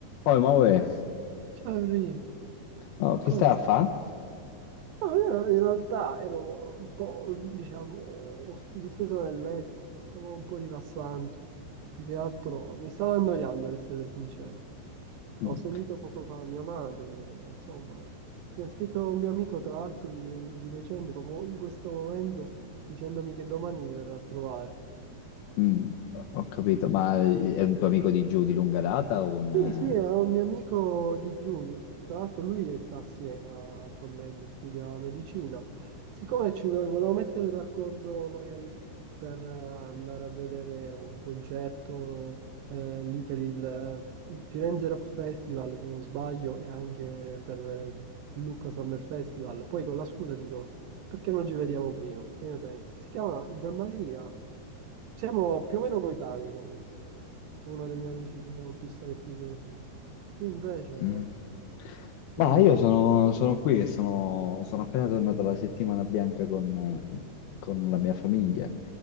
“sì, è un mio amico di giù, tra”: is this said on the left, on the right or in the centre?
Right